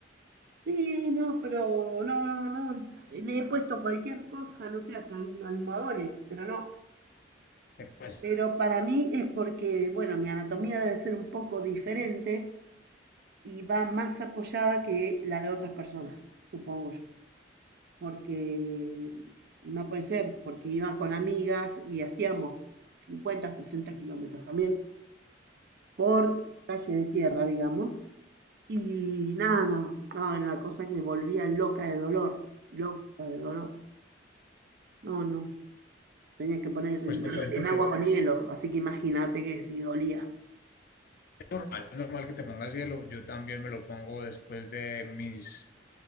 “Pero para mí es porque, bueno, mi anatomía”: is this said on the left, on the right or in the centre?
Right